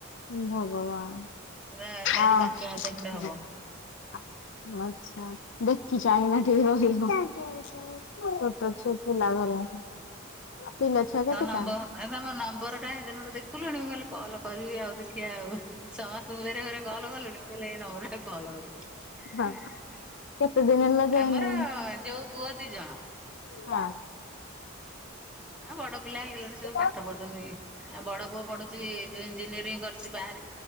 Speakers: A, on the left; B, in the centre.
A: ଉଁ ଭଗବାନ
B: ପୁରା ଚାରି
A: ଅଂ
B: ପାଞ୍ଚ ହାତ ଖଣ୍ଡେ ହବ।
A: <inaudible> ଆଚ୍ଛା ଦେଖି ଚାହିଁନା ଟିକେ ରହିବ। ଛୋଟ ଛୁ ପିଲା ଘର। ପିଲା ଛୁଆ କେତେଟା?
B: ତୋ ନମ୍ବର ତମ ନମ୍ବରଟା ହେଦିନଠୁ ଦେଖିଲୁଣି ମୁଁ କହଲି କଲ କରିବି ଆଉ ଦେଖିଆ ଆଉ। ସମସ୍ତଙ୍କୁ ଭେରେ ଭେରେ କଲ୍ କଲିଣି। ମୁଁ କହିଲି ଏଇ ନମ୍ବରଟା କଲ୍ କରିବି।
A: ହଁ କେତେ ଦିନ ହେଲା ଜଏନିଂ
B: ଆମର ଯୋଉ ପୁଅ ଦି ଜଣ।
A: ହଁ।
B: ହଁ ଆ ବଡ ପିଲା ହେଇଗଲେଣି ସବୁ
A: ଯୋଉ
B: ପାଠ ପଢୁଚନ୍ତି ଆଉ ବଡ ପୁଅ ପଢୁଚି ଯୋଉ ଇଞ୍ଜିନିୟରିଂ କର୍ ସିଏ ବାହାରେ